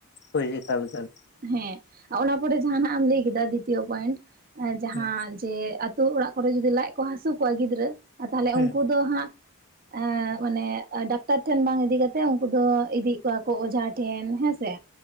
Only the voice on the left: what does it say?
ᱦᱳᱭ ᱮᱠᱟᱞ ᱮᱠᱟᱞ᱾
ᱦᱩᱸ
ᱦᱩᱸ